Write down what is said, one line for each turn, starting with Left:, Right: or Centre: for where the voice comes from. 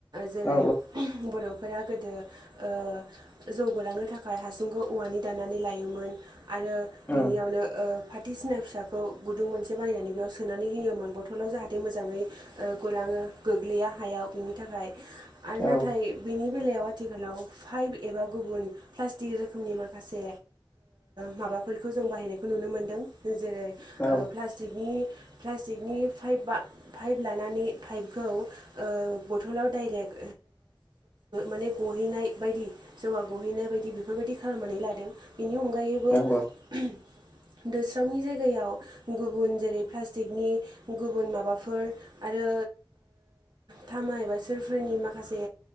Right: जेरै
Left: औ
Right: बर' फोर गोदो जौगालांनो थाखाय हासुंखौ औवानि दाननानै लायोमोन आरो बिनियावनो
Left: उम
Right: सिना फिसाखौ गुदुं मोनसे बानायनानै बेयाव सोनानै होयोमोन बथलाव जाहाथे मोजाङै गुलाङो गोग्लैया हायाव बिनि थाखाय आरो
Left: औ
Right: नाथाय बिनि बे बेलायाव आथिखालाव फाइभ एबा गुबुन प्लास्टिक रोखोमनि माखासे माबाफोरखौ जों बाहायनायखौ नुनो मोनदों जेरै
Left: औ
Right: प्लास्टिकनि प्लास्टिकनि पाइप पाइप लानानै पाइपखौ बथलाव डाइरेक्ट माने गहैनाय बायदि जौवा गहैनाय बायदि बेफोरबायदि खालामनानै लादों बिनि अनगायैबो
Left: अ
Right: <inaudible> दोस्रावनि जायगायाव गुबुन जेरै प्लास्टिकनि गुबुन माबाफोर आरो थामा एबा सोरफोरनि माखासे